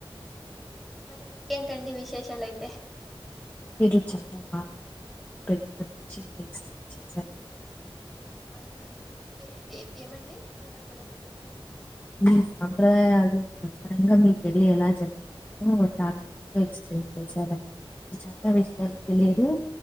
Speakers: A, in the centre; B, on the left.
A: మరి ఇంకేంటండి విశేషాలయితే
B: మీరు చాలా బాగా పెళ్లి గురించి ఎక్స్ప్లెయిన్ చేశారు.
A: ఆహాహ ఏ ఏ ఏమండి వినపడలేదు.
B: మీ సాంప్రదాయాలు ప్రధనంగా మీ పెళ్లి ఎలా జరుపు చాలా బా ఎక్స్ప్లెయిన్ చేశార నా చాలా
A: ఓ
B: విషయాలు
A: థ్యాంక్
B: తెలియదు.
A: యూ అండి